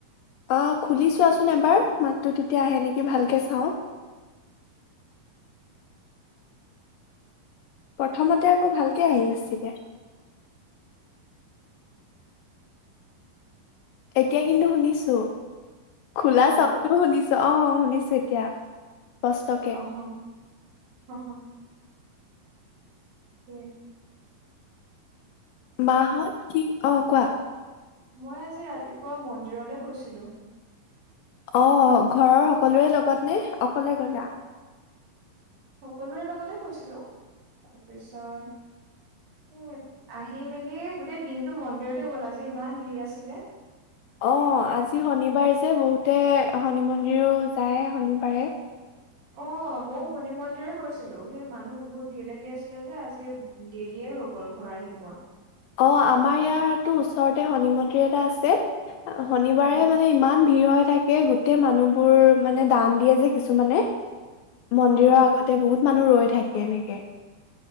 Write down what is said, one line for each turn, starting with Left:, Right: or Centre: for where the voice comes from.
Left: আহ খুলি চোৱাচোন এবাৰ মাতটো তেতিয়া আহে নেকি ভালকে চাওঁ প্ৰথমতে আকৌ ভালকে আহি আছগে এতিয়া কিন্তু শুনিছো খোলা
Right: অ হেল্ল'
Left: চাওো শুনিছো অ শুনিছোঁ এতিয়া কষ্টকে
Right: অ হ হ হা তাকে
Left: বহত কি অও কোৱা।
Right: মই আজি ৰাতিপুৱা মন্দিৰলৈ গৈছিলোঁ।
Left: অ' ঘৰৰ সকলোৰে লগত নে অকলে গলা?
Right: সকলোৰে লগতে গৈছিলো তাৰপিছত এ আহি মেলি গোটেই দিনটো মন্দিৰতে গ'ল আজি ইমান ভিৰ আছিলে।
Left: অ' আজি শনিবাৰ যে বহুতে শনি মন্দিৰো যায় শনিবাৰে।
Right: অ' ময়ো শনি মন্দিৰে গৈছিলো সেই মানুহ বহুত ভিৰ লাগি আছিলে যে আজি দেৰিয়ে হৈ গ'ল ঘৰ আহি পোৱা।
Left: অ' আমাৰ ইয়াতো ওচৰতে শনি মন্দিৰ এটা আছে। শনিবাৰে
Right: উম,
Left: মানে ইমান ভিৰ হৈ থাকে গোটেই মানুহবোৰ মানে দান দিয়ে যে কিছুমানে।
Right: অ',
Left: মন্দিৰৰ আগতে বহুত মানুহ ৰৈ থাকে এনেকে